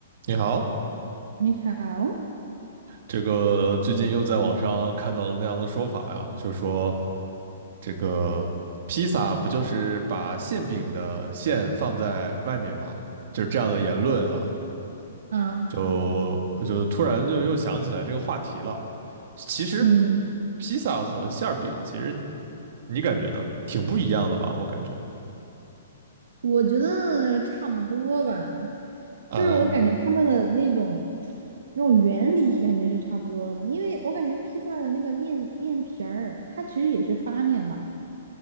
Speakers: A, on the right; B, on the right.
A: 你好，
B: 你好，
A: 这个最近又在网上看到了那样的说法呀，就说这个披萨不就是把馅饼的馅放在外面吗？就是这样的言论啊，
B: 啊，
A: 就就突然就又想起来这个话题了。其实
B: 嗯，
A: 披萨和馅儿饼，其实你感觉呢，挺不一样的吧？我感觉
B: 我觉得差不多吧，
A: 啊，
B: 就是我感觉他们的那种那种原理感觉是差不多的，因为我感觉披萨的那个面面皮儿，它其实也是发面吧，